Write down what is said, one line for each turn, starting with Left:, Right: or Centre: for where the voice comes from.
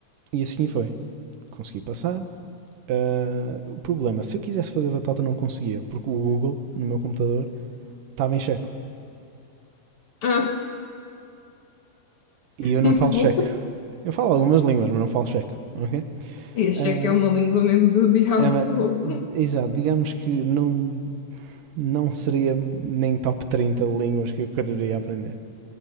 Right: e assim foi. Consegui passar. Uh, o problema, se eu quisesse fazer batota, não conseguia, porque o Google, no meu computador, estava em checo.
Left: Ah,
Right: E eu não
Left: muito
Right: falo checo.
Left: bom.
Right: Eu falo algumas línguas, mas não falo checo, ok?
Left: E achei
Right: Uh,
Left: que é uma língua mesmo do diabo
Right: É, mas-
Left: fogo. <laughs>
Right: exato, digamos que não, não seria nem top 30 de línguas que eu quereria aprender.